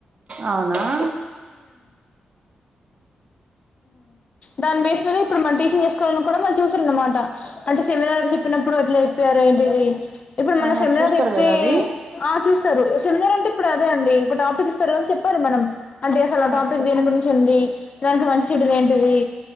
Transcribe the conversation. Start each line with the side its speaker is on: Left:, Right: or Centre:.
Right: అవునా
Left: దాని బేస్ మీద ఇప్పుడు మనం టీచింగ్ చేసుకోవాలని కూడా మళ్ళీ చూసారన్నమాట అంటే సెమినార్ చెప్పినప్పుడు ఎట్ల ఎప్పారు ఏంటిది ఇప్పుడు మన
Right: ఆహా
Left: సెమినార్
Right: చూస్తారు
Left: చెప్తే
Right: కదా అది
Left: ఆ చూస్తారు సెమినార్రంటే ఇప్పుడు అదే అండి ఒక టాపిక్ ఇస్తారు చెప్పాలి మనం అంటే అసలు టాపిక్
Right: అచ్చా
Left: దేని గురించి ఉంది దానికి మంచి చెడులు ఏంటిది